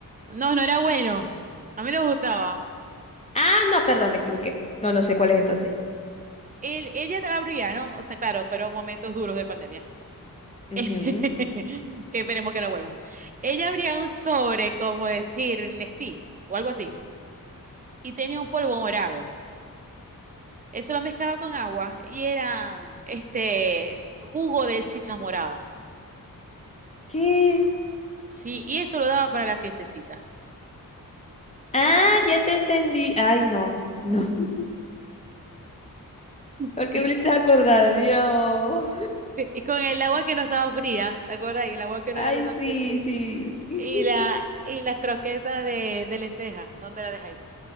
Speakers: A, on the right (about 25°); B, on the left (about 20°).
A: No, no era bueno. A mí no me gustaba.
B: Ah, no, perdón, me equivoqué. No, no sé cuál es entonces.
A: Él- ella te abría, ¿no? O sea, claro, fueron momentos duros de pandemia. Este,
B: Ujú.
A: <laughs> que esperemos que no vuelva. Ella abría un sobre, como decir, Nestí o algo así, y tenía un polvo morado. Eso lo mezclaba con agua y era este jugo de chicha morada.
B: ¿Qué?
A: Sí, y eso lo daba para la fiestecita.
B: Ah, ya te entendí. Ay, no, no. <laughs>
A: <laughs>
B: Porque me hiciste acordar, Dios.
A: Que- Y con el agua que no estaba fría, ¿te acuerdas? Y el agua que no
B: Ay,
A: era totalmente
B: sí,
A: fría.
B: sí. <laughs>
A: Y la y las croquetas de, de lenteja, ¿dónde la dejáis?